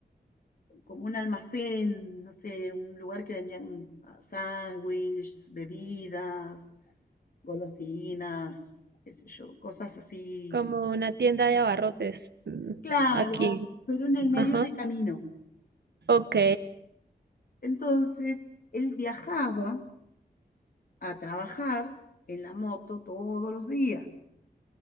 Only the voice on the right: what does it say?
como una tienda de abarrotes mm,
aquí.
Ajá.
Ok,